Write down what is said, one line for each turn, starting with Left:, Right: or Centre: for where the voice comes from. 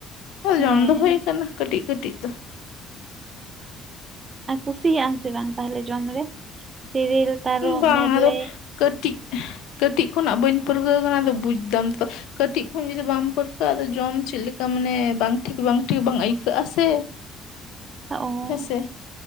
Right: ᱦᱮᱸ
Left: ᱡᱚᱢ ᱫᱚ ᱦᱩᱭ ᱠᱟᱱᱟ ᱠᱟᱹᱴᱤᱡ ᱠᱟᱹᱴᱤᱡ ᱫᱚ᱾
Right: ᱟᱨ ᱠᱩᱥᱤᱭᱟᱜ-ᱟ ᱥᱮ ᱵᱟᱝ ᱛᱟᱦᱚᱞᱮ ᱡᱚᱢ ᱨᱮ ᱛᱮᱨᱮᱞ ᱛᱟᱨᱚᱵ
Left: ᱵᱟᱝ
Right: ᱢᱮᱨᱞᱮᱡ
Left: ᱟᱫᱚ ᱠᱟᱹᱴᱤᱡ ᱠᱟᱹᱴᱤᱡ ᱠᱷᱚᱱᱟᱜ ᱵᱟᱹᱧ ᱯᱟᱹᱨᱩᱨᱜᱟᱹᱣ ᱠᱟᱱᱟ ᱟᱫᱚ ᱵᱩᱡᱫᱟᱢ ᱛᱚ ᱠᱟᱹᱴᱤᱡ ᱠᱷᱚᱱ ᱡᱩᱫᱤ ᱵᱟᱢ ᱯᱟᱹᱨᱠᱟᱹᱜ-ᱟ ᱟᱫᱚ‌ ᱡᱚᱢ ᱪᱮᱫ ᱞᱮᱠᱟ ᱢᱟᱱᱮ ᱵᱟᱝ ᱴᱷᱤᱠ ᱵᱟᱝ ᱴᱷᱤᱠ ᱵᱟᱝ ᱟᱹᱭᱠᱟᱹᱜ-ᱟ ᱥᱮ
Right: <inaudible> ᱚ
Left: ᱦᱮᱸᱥᱮ